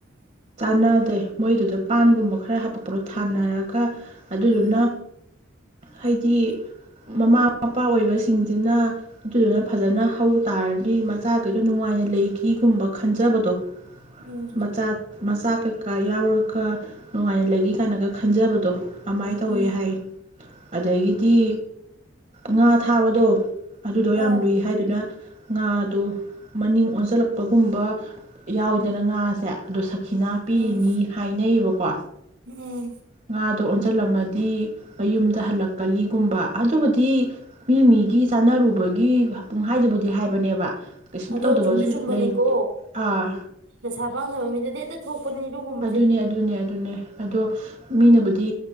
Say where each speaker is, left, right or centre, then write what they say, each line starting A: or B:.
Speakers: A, on the right; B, on the right.
A: ꯀꯥꯟꯅꯗꯦ ꯃꯣꯏꯗꯨꯗ ꯄꯥꯟꯒꯨꯝꯕ ꯈꯔ ꯍꯥꯄꯛꯄꯗꯣ ꯊꯥꯅꯔꯒ ꯑꯗꯨꯗꯨꯅ ꯍꯥꯏꯗꯤ ꯃꯃꯥ ꯃꯄꯥ ꯑꯣꯏꯕꯁꯤꯡꯁꯤꯅ ꯑꯗꯨꯗꯨꯅ ꯐꯖꯅ ꯍꯧ ꯇꯥꯔꯗꯤ ꯃꯆꯥꯈꯩꯗꯣ ꯅꯨꯡꯉꯥꯏꯅ ꯂꯩꯈꯤꯒꯨꯝꯕ ꯈꯟꯖꯕꯗꯣ
B: ꯎꯝ
A: ꯃꯆꯥ ꯃꯆꯥ ꯀꯩꯀꯥ ꯌꯥꯎꯔꯒ ꯅꯨꯡꯉꯥꯏꯅ ꯂꯩꯒ ꯀꯥꯏꯅꯒ ꯈꯟꯖꯕꯗꯣ ꯑꯗꯨꯃꯥꯏꯅ ꯇꯧꯋꯤ
B: ꯎꯝ
A: ꯍꯥꯏ ꯑꯗꯒꯤꯗꯤ ꯉꯥ ꯊꯥꯕꯗꯣ ꯑꯗꯨꯗꯣ ꯌꯥꯝ
B: ꯑꯥ
A: ꯂꯨꯏ ꯍꯥꯏꯗꯨꯅ ꯉꯥꯗꯣ ꯃꯅꯤꯡ ꯑꯣꯟꯁꯤꯜꯂꯛꯄꯒꯨꯝꯕ ꯌꯥꯎꯋꯤꯗꯅ ꯉꯥꯁꯦ ꯑꯗꯨ ꯁꯛ ꯈꯤꯅꯥ ꯄꯤꯔꯤꯅꯤ
B: ꯎꯝ
A: ꯍꯥꯏꯅꯩꯌꯦꯕꯀꯣ
B: ꯎꯝ
A: ꯉꯥꯗꯣ ꯏꯆꯜ ꯑꯃꯗꯤ ꯃꯌꯨꯝꯗ ꯍꯜꯂꯛꯀꯂꯤꯒꯨꯝꯕ ꯑꯗꯨꯕꯨꯗꯤ ꯃꯤ ꯃꯤꯒꯤ ꯆꯥꯟꯅꯔꯨꯕꯒꯤ ꯒꯤ ꯄꯨꯡꯍꯥꯏꯗꯨꯕꯨꯗꯤ ꯍꯥꯏꯕꯅꯦꯕ ꯀꯩꯁꯨꯝ
B: ꯑꯗꯣ
A: ꯇꯧꯗꯕꯁꯨ
B: ꯆꯨꯝꯗꯤ ꯆꯨꯝꯕꯅꯤꯀꯣ
A: ꯂꯩꯦ ꯑꯥ
B: ꯗꯁꯥ ꯄꯥꯡꯗꯕ ꯃꯤꯗꯗꯤ ꯍꯦꯛꯇ ꯊꯣꯛꯄꯅꯤ ꯑꯗꯨꯒꯨꯝꯕꯁꯦ
A: ꯑꯗꯨꯅꯦ ꯑꯗꯨꯅꯦ ꯑꯗꯨꯅꯦ ꯑꯗꯣ ꯃꯤꯅꯕꯨꯗꯤ